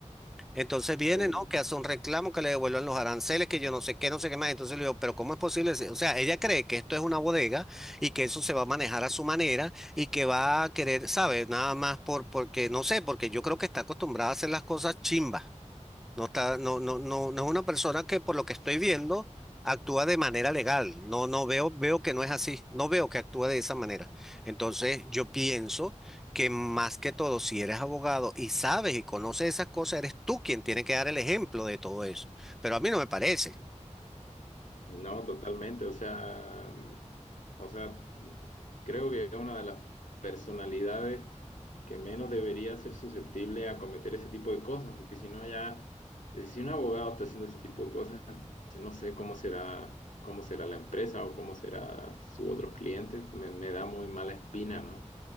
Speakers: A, in the centre; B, on the left.
A: Entonces viene,
B: Mm.
A: ¿no? Que hace un reclamo que le devuelvan los aranceles, que yo no sé qué, no sé qué más. Entonces le digo, pero ¿cómo es posible? O sea, ella cree que esto es una bodega y que eso se va a manejar a su manera y que va a querer, ¿sabes? Nada más por, porque, no sé, porque yo creo que está acostumbrada a hacer las cosas chimbas. No está, no, no, no, no es una persona que por lo que estoy viendo actúa de manera legal. No, no veo, veo que no es así. No veo que actúa de esa manera. Entonces, yo pienso que más que todo, si eres abogado y sabes y conoces esas cosas, eres tú quien tiene que dar el ejemplo de todo eso. Pero a mí no me parece.
B: No, totalmente, o sea, mm, o sea, mm, creo que es una de las personalidades que menos debería ser susceptible a cometer ese tipo de cosas, porque si no ya, eh, si un abogado está haciendo ese tipo de cosas, este, no sé cómo será, cómo será la empresa o cómo será sus otros clientes, me, me da muy mala espina, ¿no?